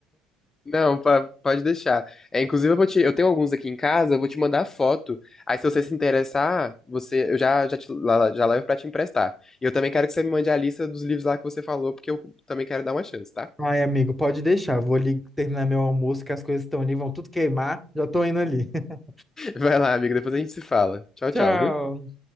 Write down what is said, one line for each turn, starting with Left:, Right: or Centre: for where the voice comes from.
Left: Não, pa- pode deixar. É, inclusive, eu vou te- eu tenho alguns aqui em casa, eu vou te mandar foto. Aí, se você se interessar, você, eu já, já, te- lá- lá- já levo pra te emprestar. E eu também quero que você me mande a lista dos livros lá que você falou, porque eu também quero dar uma chance, tá?
Centre: Ai, amigo, pode deixar. Vou ali terminar meu almoço, que as coisas estão ali, vão tudo queimar. Já tô indo ali. <laughs>
Left: Vai lá, amigo, depois a gente se fala. Tchau,
Centre: Tchau.
Left: tchau, viu?